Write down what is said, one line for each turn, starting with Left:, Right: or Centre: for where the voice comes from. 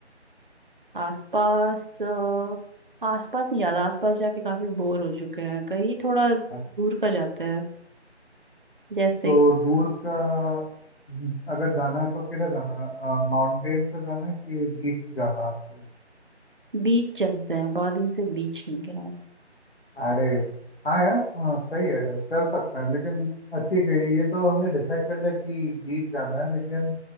Right: आसपास अ, आसपास नहीं याद आसपास जाके काफी बोर हो चुके हैं कहीं थोड़ा दूर
Left: हाँ।
Right: का जाते हैं जैसे
Left: तो दूर का हम्म, अगर जाना है तो किधर जाना है माउंटेन्स पे जाना है कि बीच जाना है
Right: बीच चलते हैं बहुत दिन से बीच नहीं गए हैं
Left: अरे हाँ यार स- हाँ, सही है चल सकते हैं लेकिन अ, ठीक है ये तो हमने डिसाइड कर लिया कि बीच जाना है लेकिन